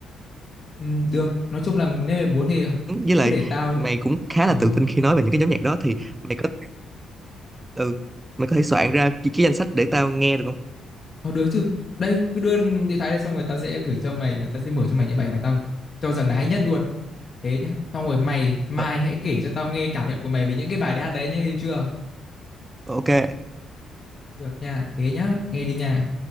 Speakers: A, on the left (about 40°); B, on the right (about 15°).
A: Ừm, được, nói chung là nếu mày muốn thì ờ,
B: với lại
A: cứ để tao...
B: mày cũng khá
A: Ờ,
B: là tự tin khi nói về những cái nhóm nhạc đó thì mày có ừ mày có thể soạn ra cái, cái danh sách để tao nghe được không
A: ờ, được chứ. Đây, cứ đưa điện thoại đây xong rồi tao sẽ gửi cho mày và tao sẽ mở cho mày những bài mà tao cho rằng là hay nhất luôn. Thế nhá. Xong rồi mày, mai
B: Ờ,
A: hãy kể cho tao nghe cảm nhận của mày về những cái bài hát đấy nhá, được chưa?
B: ok
A: Được nha, thế nhá, nghe đi nha.